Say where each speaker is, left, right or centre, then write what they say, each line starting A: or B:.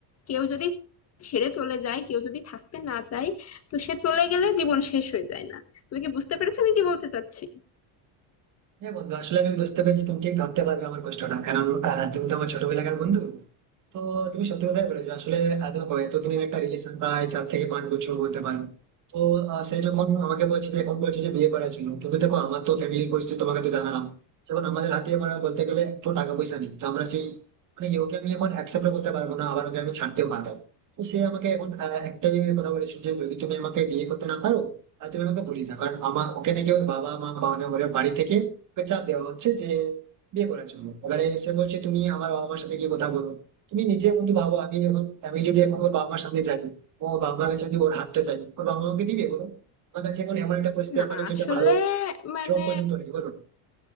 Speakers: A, on the left (about 30°); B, on the right (about 40°).
A: কেউ যদি ছেড়ে চলে যায় কেউ যদি থাকতে না চায় তো সে চলে গেলে জীবন শেষ হয়ে যায় না তুমি কি বুঝতে পেরেছো আমি কি বলতে চাচ্ছি
B: হ্যাঁ বন্ধু আসলে আমি বুঝতে পেরেছি তুমি ঠিক ধরতে পারবে আমার কষ্টটা কারণ আহ, তুমি তো আমার ছোটবেলাকার বন্ধু তো তুমি সত্যি কথাই বলেছো আসলে আহ, দেখো এতদিনের একটা রিলেশন প্রায় চার থেকে পাঁচ বছর বলতে পারো তো আহ, সে যখন আমাকে বলছে যে এখন বলছে যে বিয়ে করার জন্য কিন্তু দেখো আমার তো ফ্যামিলির পরিস্থিতি তোমাকে তো জানালাম যখন আমাদের হাতে মানে বলতে গেলে একটু টাকা পয়সা নেই তো আমরা সেই মানে কি, ওকে আমি এখন অ্যাকসেপ্ট করতে পারবো না আবার ওকে আমি ছাড়তেও পারবো না। তো সে আমাকে এখন আহ, একটাই কথা বলেছো যে যদি তুমি আমাকে বিয়ে করতে না পারো তাহলে তুমি আমাকে ভুলে যাও কারণ আমার ওকে নাকি ওর বাবা মা বা ওর বাড়ি থেকে ওকে চাপ দেওয়া হচ্ছে যে বিয়ে করার জন্য এবারে সে বলছে তুমি আমার বাবা মার সাথে গিয়ে কথা বলো তুমি নিজে বন্ধু ভাবো আমি যখন আমি যদি এখন ওর বাবা মার সামনে যাই ও বাবা মার কাছে যদি ওর হাতটা চাই ওর বাবা মাকে দিবে বলো আমার কাছে এখন এমন একটা পরিস্থিতি
A: না
B: আমার কাছে
A: আসলে
B: একটা ভালো
A: মানে
B: জব পর্যন্ত নেই বলো না।